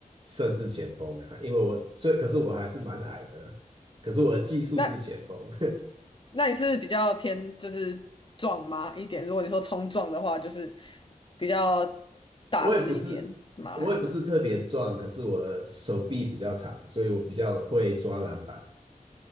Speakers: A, on the right (about 35°); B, on the left (about 35°).
A: 算是前锋啊，因为我所以可是我还是蛮矮的，可是我的技术是前锋，
B: 那那你是比较偏就是壮吗一点？如果你说冲撞的话，就是比较
A: <laughs>
B: 大只一点吗？
A: 我也不是我也不是特别壮，
B: 还是？
A: 可是我的手臂比较长，所以我比较会抓篮板。